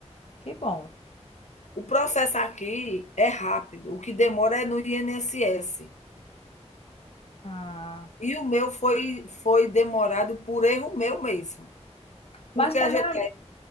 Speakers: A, on the left (about 55°); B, on the left (about 80°).
A: Que bom.
B: O processo aqui é rápido, o que demora é no INSS.
A: Ah,
B: E o meu foi, foi demorado por erro meu mesmo. Porque
A: Mas peraí,
B: a gente.